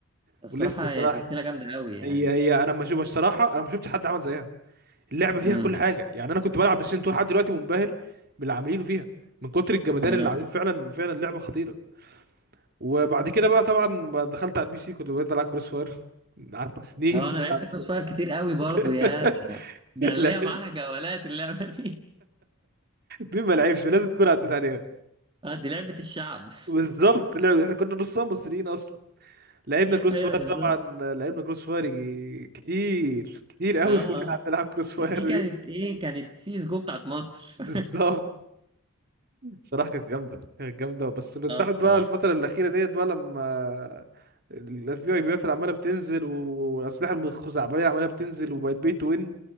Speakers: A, on the right (about 25°); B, on the right (about 45°).
A: الصراحه
B: ولسه صراحه
A: هي سلسله جامده قوي يعني
B: هي هي انا ما شو مش صراحه انا ما شفتش حد عمل زيها اللعبه فيها
A: امم
B: كل حاجه يعني انا كنت بلعب بلاي ستيشن 2 لحد دلوقتي منبهر باللي عاملينه فيها من كتر الجمدان
A: اه
B: اللي عاملينه فعلا فعلا اللعبه خطيره وبعد كده بقى طبعا بقى دخلت على البي سي كنت بقيت العب كروس فاير قعدت سنين
A: آه، انا
B: بنلعب
A: لعبت كروس فاير كتير قوي برضو
B: <laughs>
A: يا ده ده انا
B: لا
A: ليا معاها جولات اللعبه دي
B: مين ما لعبش لازم تكون عديت عليها
A: <laughs> اه دي لعبه الشعب
B: بالظبط لعب احنا كنا نصها مصريين اصلا لعبنا كروس
A: <laughs> ايوه
B: فاير
A: بالظبط
B: طبعا لعبنا كروس فاير يجي- كتير كتير قوي
A: اه
B: كنا قاعدين نلعب كروس فاير
A: دي كانت
B: دي
A: ايه كانت سي اس جو بتاعت مصر
B: بالظبط
A: <laughs>
B: صراحة كانت جامدة كانت جامدة بس من ساعة
A: اه الصراحه
B: بقى الفترة الأخيرة ديت بقى لما الاف بي اي بيات عمالة بتنزل و- والأسلحة الخزعبلية عمالة بتنزل وبقت بي تو وين